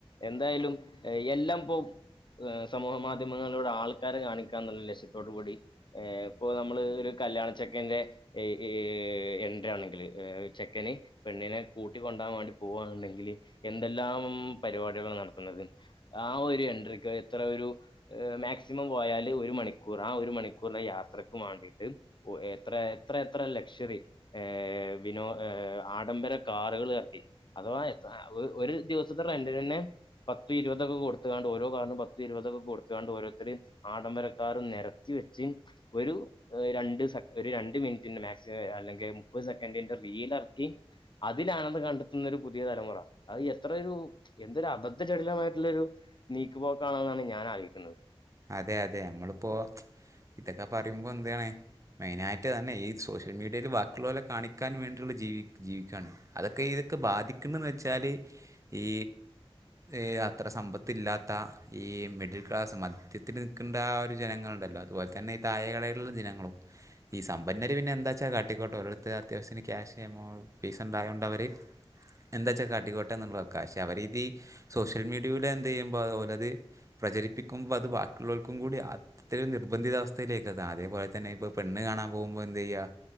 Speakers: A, on the left; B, on the right.
A: എന്തായാലും എല്ലംപ്പോ ഏഹ് സമൂഹ മാധ്യമങ്ങളിലൂടെ ആൾക്കാരെ കാണിക്കാന്ന്ള്ള ലക്ഷ്യത്തോടു കൂടി ഏഹ് ഇപ്പോ നമ്മള് ഒരു കല്യാണച്ചെക്കന്റെ ഏഹ് ഏ എൻട്രി ആണെങ്കിൽ ഒര് ചെക്കന് പെണ്ണിനെ കൂട്ടിക്കൊണ്ടാവാൻ വാണ്ടി പോവാണ്ന്ന്ണ്ടെങ്കില് എന്തെല്ലാം പരിവാടികളാണ് നട്ത്ത്ന്നത് ആഹ് ഒരു എൻട്രിക്ക് എത്ര ഒരു മാക്സിമം പോയാല് ഒരു മണിക്കൂർ ആ ഒരു മണിക്കൂർന്റെ യാത്രക്കും വാണ്ടീട്ട് ഒ എത്രെ എത്ര എത്ര ലക്ഷറി ഏഹ് വിനോ ഏഹ് ആഡംബര കാറ്കള് എറക്കി അഥവാ എത്ര ഒ ഒരു ദിവസത്തെ റെന്റിനെന്നെ പത്തു ഇരുവതൊക്കെ കൊടുത്ത്ങ്ങാണ്ട് ഓരോ കാറ്നും പത് തും ഇരുപതൊക്കെ കൊടുത്ത്കാണ്ട് ഓരോരുത്തര് ആഡംബര ക്കാറ് നിരത്തി വെച്ച് ഒരു രണ്ട് സ ഒരു രണ്ട് മിനിറ്റിന്റെ മാക്സിമം അല്ലെങ്കി മുപ്പത് സെക്കന്റിന്റെ റീൽ എർക്കി അതിലാനന്ദം കണ്ടെത്ത്ന്ന ഒരു പുതിയ തലമുറ അത് എത്രൊരു എന്തൊരു അബദ്ധ ചട്ലമായിട്ട്ള്ളൊരു നീക്കുപോക്കാണെന്നാണ് ഞാൻ ആലോയ്ക്കുന്നത്
B: അതെ അതെ നമ്മള്പ്പോ ഇതൊക്കെ പറിമ്പോ എന്ത്നാണ് മെയിനായിട്ട് അതന്നെ ഈ സോഷ്യൽ മീഡിയേല് ബാക്കിള്ളോലെ കാണിക്കാൻ വേണ്ടിയുള്ള ജീവി ജീവിക്കാണ് അതൊക്കെ ഇതൊക്കെ ബാധിക്ക്ണ്ന്ന് വെച്ചാല് ഈ ഏഹ് അത്ര സമ്പത്തില്ലാത്ത ഈ മിഡിൽ ക്ലാസ് മ ധ്യത്തിൽ നിക്ക്ണ്ട ആ ഒരു ജനങ്ങള്ണ്ടല്ലോ അതുപോൽതന്നെ ഈ താഴെ കെടേൽള്ള ജനങ്ങളും ഈ സമ്പന്നര് പിന്നെ എന്താച്ചാ കാട്ടിക്കോട്ടെ ഓരെട്ത്ത് അത്യാവശ്യത്തിന് ക്യാഷ് എമോ പൈസ ണ്ടായോണ്ട് അവര് എന്താച്ചാ കാട്ടികോട്ടെന്ന്ള്ള വെക്ക പശെ അവര് ഇതീ സോഷ്യൽ മീഡിയൂടെ എന്തെയ്യുമ്പൊ ഓലത് പ്രചരിപ്പിക്കുമ്പോ അത് ബാ ക്കിള്ളോൽക്കും കൂടി അത്രയും നിർബന്ധിത അവസ്ഥയിലേക്ക് എത്താം അതേപോലെ തന്നെ ഇപ്പോ പെണ്ണ് കാണാൻ പോകുമ്പോ എന്തയ്യാ